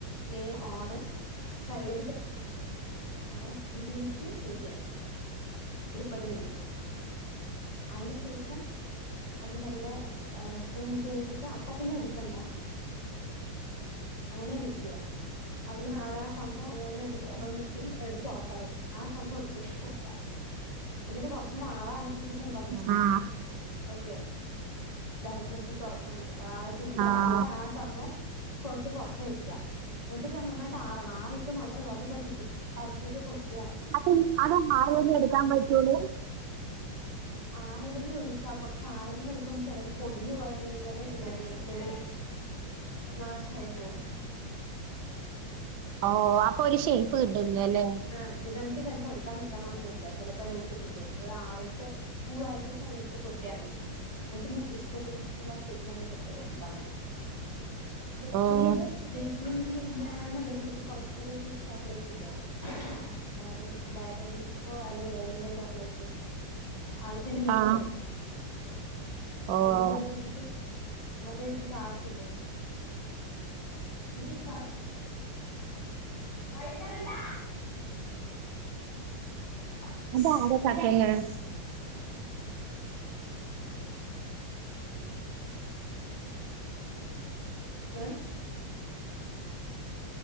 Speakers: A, on the left; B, on the right.
A: നെ ഓണ് സൈഡിലെ ഒരു സിമ്മിലിക്ക് വെയ്ക്ക ഒരുപത് മിനിറ്റ് അയിന് ശേഷം അത് മെല്ലെ മുപ്പത് മിനിറ്റ് കഴിഞ്ഞ ശേഷം അപ്പ തന്നെ ഇടുക്കണ്ടാ അങ്ങനെയാ വെക്കുക അത് അത് ആ സംഭവം അത് കഴിഞ്ഞെടുത്തിട്ട് <unintelligible> തുറത്താെ ആ സംഭവം എടു കുക്കൃുക <inaudible> എന്നിട്ട് കൊറച്ച് നേരം ആറാൻവെച്ച ശേഷം തുറന്നാൽ മതി.
B: ആഹ്
A: ഓക്കെ, ഡയറക്റ്റട്ട് തുറക്കക്കട്ടെ ആറ ശേഷം തുറന്നിട്ട്
B: ആഹ്
A: ആ സംഭവം കൊത്ത് പുറത്ത് വെക്കാ എന്നിട്ട് നന്നായിട്ട് ആറണം ആറിട്ട് മാത്രം തുൊറ പട്ടിക്കും <unintelligible> ക്കെ കു <unintelligible>
B: അപ്പം അത് ആറുംവരെ എടുക്കാൻ പോയിട്ട് ഹലോ
A: ആറലെങ്കിലും എടുക്കാ പക്ഷെ ആറലങ്കും എടുക്കുമ്പോ ചെലപ്പോ പൊടിഞ്ഞ് പോയിക്കഴിഞ്ഞാലേ പിന്നെ അ ചെടി നാശമായി പോകും.
B: ഓ അപ്പൊ ഒരു ഷേപ്പ് കിട്ടുന്നു അല്ലേ?
A: ആ പിന്നെ നമുക്ക് ചിലപ്പോൾ എടുക്കാൻ കിട്ടണമെന്നില്ല അപ്പം അതിലൊട്ടിപ്പിടിക്കും. അപ്പോ അത് ആറിയിട്ട് സ്കൂളയച്ച ശേഷം അതിനടുത്ത് കൊട്ടിയാൽ മതി എന്നിട്ട്നിക്ക് ഇഷ്ട ഇഷ്ടമുള്ള ഷേപ്പിൽ അങ്ങ് കട്ട് ചെയ്തെടുത്താൽ മതി.
B: ഓഹ്
A: പിന്നെ ഇത് <unintelligible> ഉയിക്കുകന്നന്റെണെന്നക്ക് കുറച്ചറിയ പീസ് ചോക്ലേറ്റ് ഇല്ലേ? ഡയറി ഡയറിമിൽക്ക് ഓ അല്ലെ ഏതെങ്കിലും ചോക്ലേറ്റ് അതിതിന്റെ മേലെ
B: ആഹ്
A: വെക്കാം.
B: ഓഹ്
A: നമ്മുടെ മറ്റേതിലേക്ക് മറ്റേതിലേക്ക് ആകത്തില്ലേ? <unintelligible> വൈകുന്നേരല്ലാ <inaudible>
B: അതാരാ കട്ട് ചെയ്യുന്നത്
A: ഏഹ്